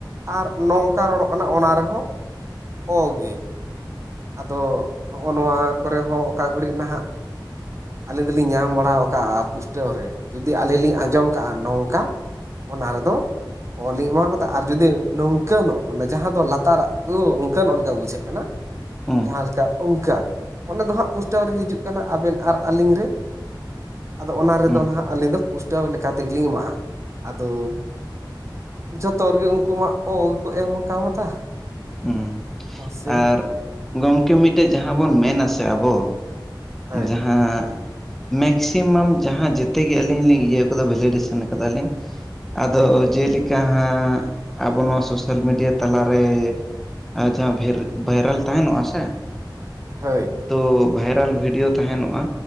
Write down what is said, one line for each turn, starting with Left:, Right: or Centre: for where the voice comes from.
Right: ᱟᱨ ᱱᱚᱝᱠᱟ ᱨᱚᱲᱚᱜ ᱠᱟᱱᱟ ᱚᱱᱟ ᱨᱮᱦᱚᱸ ᱚ ᱜᱮ ᱟᱫᱚ ᱱᱚᱜᱼᱚ ᱱᱚᱣᱟ ᱠᱚᱨᱮ ᱦᱚᱸ ᱚᱠᱟ ᱜᱷᱟᱹᱲᱤᱡ ᱱᱟᱦᱟᱜ ᱟᱹᱞᱤᱧ ᱫᱚᱞᱤᱧ ᱧᱟᱢ ᱵᱟᱲᱟ ᱟᱠᱟᱜᱼᱟ ᱯᱩᱥᱴᱟᱹᱣ ᱨᱮ ᱡᱩᱫᱤ ᱟᱞᱤᱧ ᱞᱤᱧ ᱟᱸᱡᱚᱢ ᱠᱟᱜᱼᱟ ᱱᱚᱝᱠᱟ ᱚᱱᱟ ᱨᱮᱫᱚ ᱚᱞᱤᱧ ᱮᱢᱟ ᱠᱟᱫᱟ ᱟᱨ ᱡᱩᱫᱤ ᱱᱚᱝᱠᱟᱱᱚᱜ ᱢᱟᱱᱮ ᱡᱟᱦᱟᱸ ᱫᱚ ᱞᱟᱛᱟᱨ ᱳ ᱚᱝᱠᱟᱱᱚᱜ ᱞᱮᱠᱟ ᱵᱩᱡᱷᱟᱹᱜ ᱠᱟᱱᱟ
Centre: ᱦᱩᱸ
Right: ᱡᱟᱦᱟᱸ ᱞᱮᱠᱟ ᱚᱱᱠᱟ ᱚᱱᱟ ᱫᱚ ᱦᱟᱸᱜ ᱯᱩᱥᱴᱟᱹᱣ ᱨᱮ ᱦᱤᱡᱩᱜ ᱠᱟᱱᱟ ᱟᱵᱤᱱ ᱟᱨ ᱟᱹᱞᱤᱧ ᱨᱮ ᱟᱫᱚ ᱚᱱᱟ ᱨᱮᱫᱚ
Centre: ᱦᱩᱸ
Right: ᱱᱟᱦᱟᱜ ᱟᱹᱞᱤᱧ ᱫᱚ ᱯᱩᱥᱴᱟᱹᱣ ᱞᱮᱠᱟ ᱛᱮᱜᱮᱞᱤᱧ ᱮᱢᱟᱜᱼᱟ ᱟᱫᱚ ᱡᱚᱛᱚ ᱨᱮᱜᱮ ᱩᱱᱠᱩ ᱢᱟ ᱚ ᱜᱮᱠᱚ ᱮᱢ ᱠᱟᱣᱫᱟ
Centre: ᱦᱩᱸ
Right: ᱢᱟᱥᱮ
Centre: ᱟᱨ ᱜᱚᱢᱠᱮ ᱢᱤᱫᱴᱮᱱ ᱡᱟᱦᱟᱸ ᱵᱚᱱ ᱢᱮᱱᱟᱥᱮ ᱟᱵᱚ
Right: ᱦᱳᱭ
Centre: ᱡᱟᱦᱟᱸ ᱢᱮᱠᱥᱤᱢᱟᱢ ᱡᱟᱦᱟᱸ ᱡᱮᱛᱮᱜᱮ ᱟᱹᱞᱤᱧ ᱞᱤᱧ ᱤᱭᱟᱹ ᱟᱠᱟᱫᱟ ᱵᱷᱮᱞᱤᱰᱮᱥᱮᱱ ᱟᱠᱟᱫᱟᱞᱤᱧ ᱟᱫᱚ ᱡᱮᱞᱮᱠᱟ ᱦᱟᱸᱜ ᱟᱵᱚ ᱱᱚᱣᱟ ᱥᱚᱥᱟᱞ ᱢᱤᱰᱤᱭᱟ ᱛᱟᱞᱟᱨᱮ ᱟᱨ ᱡᱟᱦᱟᱸ ᱵᱷᱮᱨ ᱵᱷᱟᱭᱨᱟᱞ ᱛᱟᱦᱮᱱᱚᱜᱼᱟ ᱥᱮ
Right: ᱦᱳᱭ
Centre: ᱛᱚ ᱵᱷᱟᱭᱨᱟᱞ ᱵᱷᱤᱰᱤᱭᱳ ᱛᱟᱦᱮᱱᱚᱜᱼᱟ